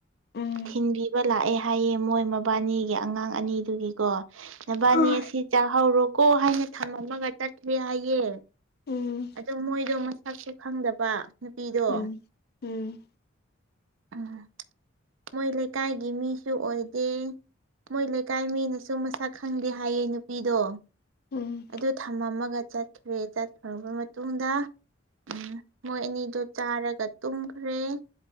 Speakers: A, on the left (about 55°); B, on the right (about 70°).
A: ꯎꯝ
B: ꯊꯤꯟꯕꯤꯕ ꯂꯥꯛꯑꯦ ꯍꯥꯏꯌꯦ ꯃꯣꯏ ꯃꯕꯥꯅꯤꯒꯤ ꯑꯉꯥꯡ ꯑꯅꯤꯗꯨꯒꯤꯀꯣ ꯅꯕꯥꯅꯤ
A: ꯍꯣꯏ
B: ꯑꯁꯤ ꯆꯥꯍꯧꯔꯣꯀꯣ ꯍꯥꯏꯅ ꯊꯝꯃꯃꯒ ꯆꯠꯈꯦ ꯍꯥꯏꯌꯦ
A: ꯎꯝ
B: ꯑꯗꯨꯣ ꯃꯣꯏꯗꯣ ꯃꯁꯛꯁꯨ ꯈꯪꯗꯕ ꯅꯨꯄꯤꯗꯣ
A: ꯎꯝ ꯎꯝ
B: ꯎꯝ ꯃꯣꯏ ꯂꯩꯀꯥꯏꯒꯤ ꯃꯤꯁꯨ ꯑꯣꯏꯗꯦ ꯃꯣꯏ ꯂꯩꯀꯥꯏ ꯃꯤꯅꯁꯨ ꯃꯁꯛ ꯈꯪꯗꯦ ꯍꯥꯏꯌꯦ ꯅꯨꯄꯤꯗꯣ
A: ꯎꯝ
B: ꯑꯗꯨ ꯊꯝꯃꯝꯃꯒ ꯆꯠꯈ꯭ꯔꯦ ꯆꯠꯈꯔꯕ ꯃꯇꯨꯡꯗ ꯎꯝ ꯃꯣꯏ ꯑꯅꯤꯗꯨ ꯆꯥꯔꯒ ꯇꯨꯝꯈ꯭ꯔꯦ